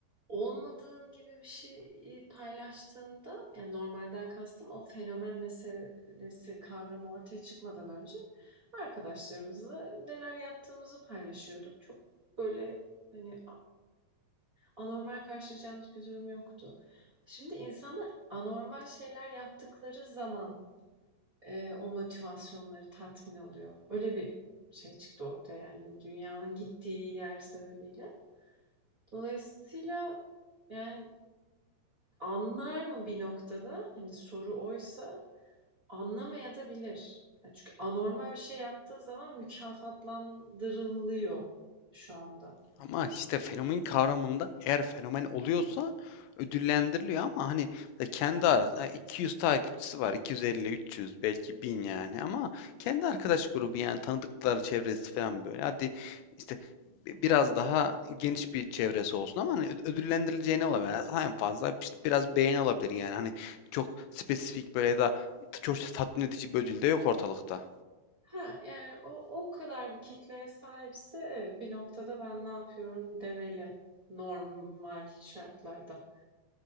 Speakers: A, on the right; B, on the left.
A: olmadığın gibi bir şeyi paylaştığında, yani normalden kastım o fenomen meselesi kavramı ortaya çıkmadan önce arkadaşlarımızla neler yaptığımızı paylaşıyorduk. Çok böyle hani anormal karşılayacağımız bir durum yoktu. Şimdi insanlar anormal şeyler yaptıkları zaman e, o motivasyonları tatmin oluyor. Öyle bir şey çıktı ortaya yani dünyanın gittiği yer sebebiyle. Dolayısıyla yani anlar mı bir noktada? Hani soru oysa anlamaya da bilir. Ya çünkü anormal bir şey yaptığı zaman mükafatlandırılıyor şu anda.
B: Ama işte fenomen kavramında eğer fenomen oluyorsa ödüllendiriliyor ama hani mesela kendi arasında 200 takipçisi var. 250, 300 belki 1000 yani ama kendi arkadaş grubu yani tanıdıkları çevresi falan böyle. Hadi işte biraz daha geniş bir çevresi olsun ama hani öd- ödüllendirileceği ne olabilir? Yani en fazla işte biraz beğeni olabilir yani. Hani çok spesifik böyle ya da çok tatmin edici bir ödül de yok ortalıkta.
A: Ha yani o o kadar bir kitleye sahipse evet, bir noktada ben ne yapıyorum demeli normal şartlarda.